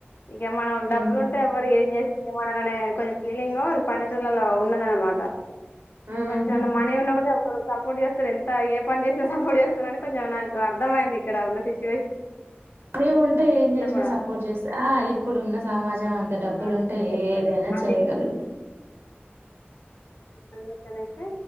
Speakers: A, on the left; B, on the right.
A: ఇగ మనం డబ్బులు
B: ఉమ్
A: ఉంటే ఎవ్వరు ఏం చే ఏమనరనే కొంచెం ఫీలింగు ఈ పల్లెటూర్లళ్లల ఉన్నదన్నమాట.
B: ఆహా
A: కొంచెం అన్నా మనీ ఉన్న కూడా ఎవ్వరు సపోర్ట్ చేస్తరు ఎంత ఏ పని చేసినా సపోర్ట్ చేస్తారని కొంచెం నా కు అర్థమైంది ఇక్కడ ఉన్న సిచ్
B: నీ ఉంటే ఏం చేసినా
A: కూడా
B: సపోర్ట్ చేస్తా ఆ ఇప్పుడున్న సమాజం అంతే డబ్బు
A: ఆ
B: డబ్బులుంటే
A: చేస్తారు
B: ఏదైనా
A: అది
B: చేయగలుగుతం.
A: అందుకనేసి